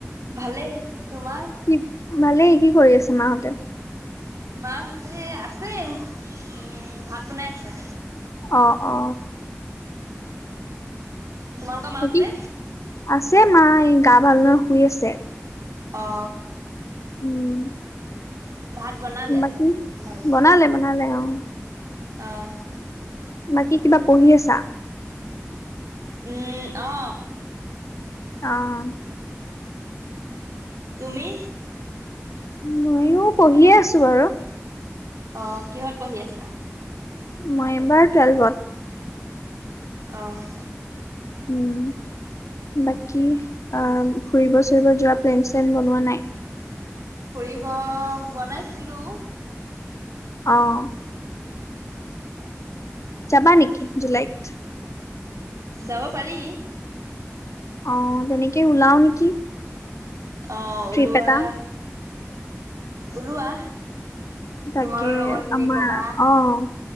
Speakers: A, on the right; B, on the left.
A: ভালেই। তোমাৰ?
B: কি ভালেই। কি কৰি আছে মাহঁতে?
A: মাহঁতে আছে। উম, ভাত বনাই আছে।
B: অ অ
A: তোমালোকৰ মাহঁতে?
B: <unintelligible> আছে মা গা ভাল নহয় শুই আছে।
A: অ।
B: উম।
A: ভাত বনালে?
B: বাকী
A: তোমালোকৰ?
B: বনালে, বনালে অ'।
A: অ'।
B: বাকী কিবা পঢ়ি আছা?
A: উম, অ।
B: অ'।
A: তুমি?
B: মইও পঢ়িয়ে আছো বাৰু।
A: অ', কিহত? পঢ়ি আছা?
B: মই এবাৰ টুৱেলভত।
A: অ'।
B: উম। বাকী অ ফুৰিব-চুৰিব যোৱা প্লেন- চিলেন বনোৱা নাই?
A: ফুৰিব বনাইছিলো
B: অ'। যাবা নেকি জুলাইত?
A: যাব পাৰি।
B: অ, তেনেকে ওলাওঁ নেকি
A: অ, ওলোৱা।
B: ট্ৰিপ এটা
A: ওলোৱা।
B: তাকে
A: তোমাৰো লগৰখিনিক
B: আমাৰ
A: ক'বা।
B: অ,